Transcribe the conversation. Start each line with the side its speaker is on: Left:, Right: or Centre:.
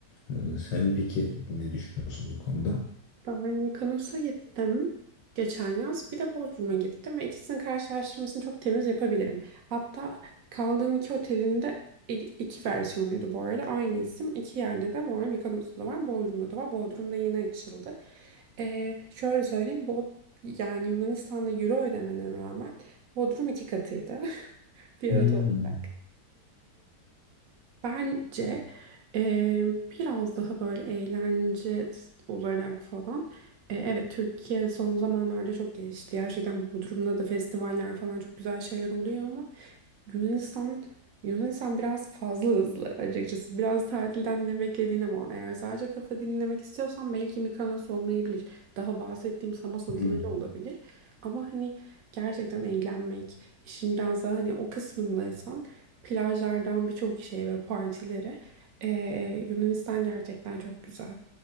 Left: E, Sen peki ne düşünüyorsun bu konuda?
Right: Ben Mykonos'a gittim geçen yaz. Bir de Bodrum'a gittim ve ikisinin karşılaştırmasını çok temiz yapabilirim. Hatta kaldığım iki otelin de i- iki versiyonuydu bu arada. Aynı isim iki yerde de var. Mykonos'ta da var, Bodrum'da da var. Bodrum'da yeni açıldı. Ee, şöyle söyleyeyim. Bod yani Yunanistan'da euro ödemene rağmen Bodrum iki katıydı <laughs> fiyat
Left: Hmm.
Right: olarak. Bence eee, biraz daha böyle eğlence olarak falan. e, evet Türkiye son zamanlarda çok gelişti. Gerçekten Bodrum'da da festivaller falan çok güzel şeyler oluyor ama Yunanistan Yunanistan biraz fazla hızlı açıkçası. Biraz tatilden ne beklediğine bağlı. Eğer sadece kafa dinlemek istiyorsan belki Mikonos olmayabilir. Daha bahsettiğim Samos adaları
Left: Hmm.
Right: olabilir. Ama hani gerçekten eğlenmek, işin biraz daha hani o kısmındaysan plajlardan birçok şeye ve partilere. Ee, Yunanistan gerçekten çok güzel.